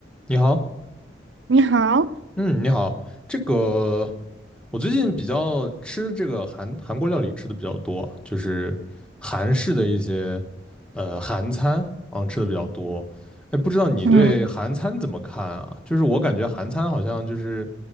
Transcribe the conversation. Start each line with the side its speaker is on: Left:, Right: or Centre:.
Centre: 你好，
Right: 你好，
Centre: 嗯，你好，这个我最近比较吃这个韩韩国料理吃的比较多，就是韩式的一些呃韩餐啊吃的比较多。哎，不知道你对韩餐怎么看啊？
Right: 嗯，
Centre: 就是我感觉韩餐好像就是